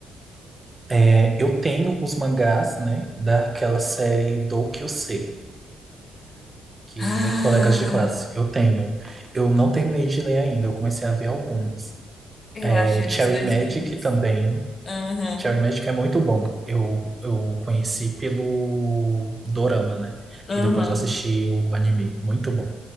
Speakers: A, on the right; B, on the left.
A: É, eu tenho os mangás, né? Daquela série Do Kyusei. que
B: Ah,
A: é colegas de classe. Eu tenho. Eu não terminei de ler ainda, eu comecei a ver alguns.
B: eu
A: É,
B: acho eles
A: Cherry
B: dois
A: Magic
B: lindos.
A: também.
B: Uhum,
A: Cherry Magic é muito bom. Eu, eu conheci pelo Dorama, né?
B: uhum,
A: E depois assisti o anime. Muito bom.